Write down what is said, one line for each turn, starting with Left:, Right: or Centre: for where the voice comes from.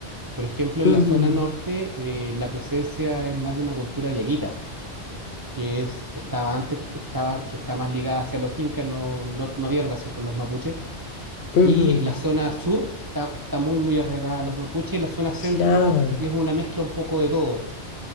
Right: Por ejemplo, en
Left: Ujú,
Right: la zona norte eh, la presencia es más de una cultura diaguita, que es, estaba antes, estaba, que está más ligada hacia los incas, no, no, no había relación con los mapuches.
Left: ujú,
Right: Y la zona sur está, está muy, muy arraigada a los mapuches, y la zona centro
Left: claro,
Right: es una mezcla un poco de todo,